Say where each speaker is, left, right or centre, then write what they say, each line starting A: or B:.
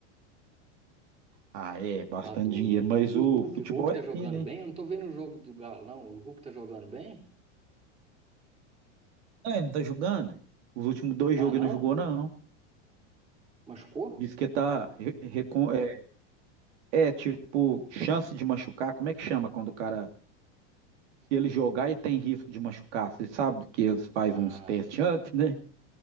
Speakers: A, on the right; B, on the right.
A: Ah, é, bastante
B: Tá doido.
A: dinheiro, mas
B: E
A: o
B: o Hulk?
A: futebol
B: O Hulk
A: é
B: tá jogando
A: assim, né?
B: bem? Eu não tô vendo o jogo do Galão. O Hulk tá jogando bem?
A: Ah, ele não tá jogando? hein? Os últimos dois
B: Tá
A: jogos
B: não?
A: ele não jogou, não.
B: Machucou?
A: Diz que tá. re- recon- É, é, tipo, chance de machucar. Como é que chama quando o cara. Se ele jogar e tem risco de machucar, você sabe que eles fazem
B: Ah,
A: uns testes antes, né?